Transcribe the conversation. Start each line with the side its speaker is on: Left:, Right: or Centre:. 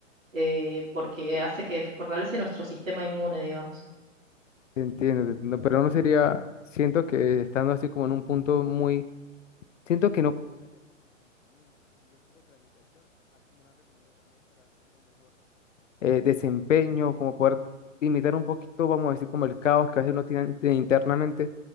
Right: eh, porque hace que fortalece nuestro sistema inmune, digamos.
Left: te entiendo, te entiendo, pero no sería, siento que estando así como en un punto muy, siento que eh, desempeño, como poder imitar un poquito, vamos a decir, como el caos que a veces uno tiene int- internamente,